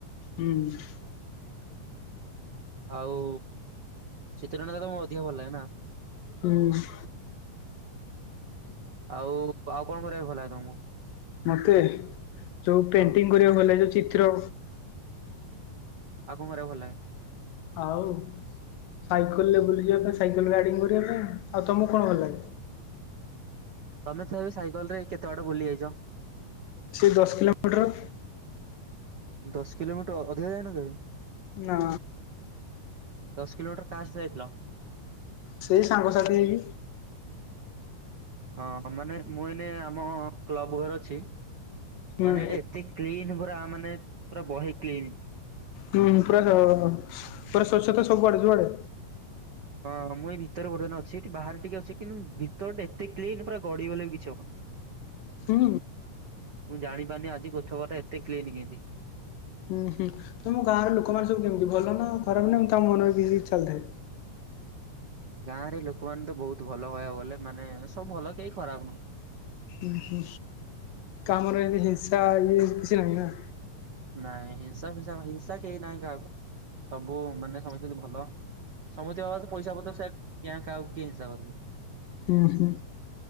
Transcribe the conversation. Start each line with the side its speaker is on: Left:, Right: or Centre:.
Left: ଉଁ।
Right: ଆଉ ଶୀତ ଦିନ ଟା ତମୁକୁ ଅଧିକା ଭଲ ଲାଗେ ନା?
Left: ହୁଁ।
Right: ଆଉ ଆଉ କଣ କରିବାକୁ ଭଲ ଲାଗେ ତମକୁ?
Left: ମତେ ଯୋଉ ପେଣ୍ଟିଙ୍ଗ
Right: ହଁ
Left: କରିବାକୁ ଭଲ ଗଲେ। ଯୋଉ ଚିତ୍ର?
Right: ଆଉ କଣ କରିବାକୁ ଭଲ ଲାଗେ?
Left: ଆଉ ସାଇକେଲ ରେ ବୁଲି ଯିବା ପାଇଁ ସାଇକେଲ ରାଇଡିଙ୍ଗ କରିବା ପାଇଁ। ଆଉ ତମକୁ କଣ ଭଲ ଲାଗେ?
Right: ତମେ ତଥାପି ସାଇକେଲରେ କେତେ ବାଟ ବୁଲି ଯାଇଛ
Left: ସେ ଦଶ କିଲୋମିଟର।
Right: ଦଶ କିଲୋମିଟର ଅଧିକା ଯାଇନ କେବେ?
Left: ନା।
Right: ଦଶ କିଲୋମିଟର କାହା ସହିତ ଯାଇଥିଲ?
Left: ସେଇ ସାଙ୍ଗସାଥି ହେଇକି।
Right: ହଁ ମାନେ ମୁଁ ଏଇନେ ଆମ କ୍ଲବ ଘରେ ଅଛି।
Left: ହୁଁ
Right: ମାନେ ଏଇଟା ଏତେ କ୍ଲିନ ପୁରା ମାନେ ପୁରା ବହି କ୍ଲିନ।
Left: ହୁଁ ପୁରା ପୁରା ସ୍ୱୋଚ୍ଛତା ସବୁଆଡେ ଯୁଆଡେ?
Right: ହଁ ମୁଁ ଏଇ ଭିତରେ ବର୍ତ୍ତମାନ ଅଛି। ବାହାରେ ଟିକେ ଅଛି କିନ୍ତୁ ଭିତର ଟା ଏତେ କ୍ଲିନ ପୁରା। ଗଡି ଗଲେ ବି କିଛି ହବନି।
Left: ହୁଁ
Right: ମୁଁ ଜାଣି ପାରୁନି ଆଜି କୋଠା ଘର ଟା ଏତେ କ୍ଲିନ୍ କେମତି?
Left: ଉଁ ହୁଁ ତମ ଗାଁର ଲୋକ ମାନେ ସବୁ କେମିତି। ଭଲ ନା ଖରାପ ନା ଉଁ ତାଙ୍କ ମନରେ କିଛି କିଛି ଚାଲିଥାଏ?
Right: ଗାଁ ରେ ଲୋକମାନେ ତ ବହୁତ ଭଲ କହିଆକୁ ଗଲେ। ମାନେ ସବୁ ଭଲ କେହି ଖରାପ ନୁହଁ।
Left: ଉଁ ହୁଁ କା ମନରେ ଏମିତି ହିଂସା ଇଏ କିଛି ନାହିଁ ନା?
Right: ନାଇଁ ହିଂସା ଫିଂସା ହିଂସା କେହି ନାହିଁ କାହାକୁ ସବୁ ମାନେ ସମସ୍ତେ ହଉଚନ୍ତି ଭଲ। ସମସ୍ତିଙ୍କ ପାଖରେ ତ ପଇସା ପତ୍ର ସେ କିଆଁ କାହାକୁ କିଏ ହିଂସା କରିବ?
Left: ହୁଁ ହୁଁ